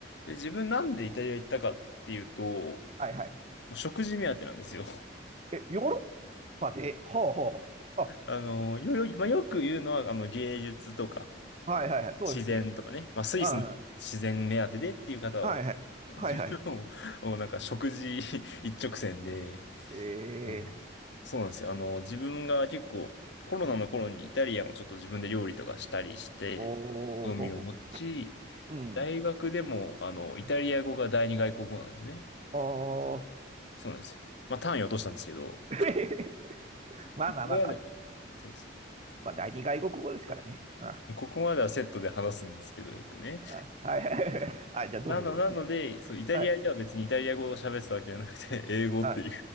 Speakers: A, on the left; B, on the right.
A: で、自分なんでイタリア行ったかっていうと、も
B: はいはい。
A: う食事目当てなんですよ。
B: え、ヨーロッパで、ほうほうほう。あ、
A: <laughs> あの、よ、よ、まあ、よく言うのは、あの、芸術とか、
B: はいはいはい、そうですね。
A: 自然とかね、まあスイスの自然目当てでっていう方は多い。
B: あーはいはい。はいはい。
A: 自分はもう、<laughs> もうなんか食事 <laughs> 一直線で、
B: え
A: あの、
B: ー、
A: そうなんですよ。あの、自分が結構コロナの頃にイタリアンをちょっと自分で料理とかしたりして、
B: うん、おー、
A: 興味を持ち、
B: ほうほう。うん。
A: 大学でも、あの、イタリア語が第二外国語なんですね。
B: うんおー。
A: そうなんですよ。まあ、単位は落としたんですけど、
B: <laughs> まあまあまあまあ。
A: ここまで、そうです。
B: まあ、第二外国語ですからね。あ、
A: ここまではセットで話すんですけど、よくね。
B: あ、はいはいはい。あ、じゃあどうぞどうぞ。
A: なの、なので、そう、イタリアでは別にイタリア語を喋ってたわけじゃなくて、
B: はい。
A: 英語っていう。
B: はい